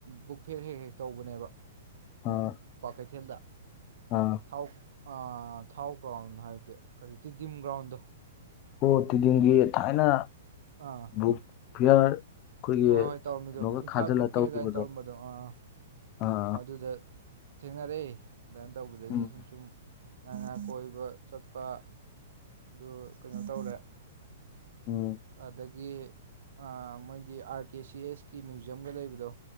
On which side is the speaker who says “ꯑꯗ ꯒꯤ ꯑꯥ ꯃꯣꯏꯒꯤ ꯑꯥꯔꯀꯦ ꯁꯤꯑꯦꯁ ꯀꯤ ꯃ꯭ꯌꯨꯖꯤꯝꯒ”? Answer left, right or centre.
Right